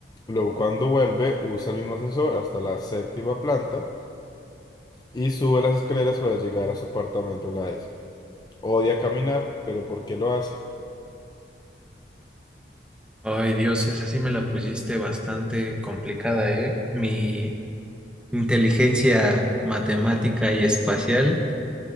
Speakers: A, on the left; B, in the centre.
A: Luego, cuando vuelve, usa el mismo ascensor hasta la séptima planta y sube las escaleras para llegar a su apartamento en la décima. Odia caminar, pero ¿por qué lo hace?
B: Ay, Dios, esa sí me la pusiste bastante complicada, ¿eh? Mi inteligencia matemática y espacial.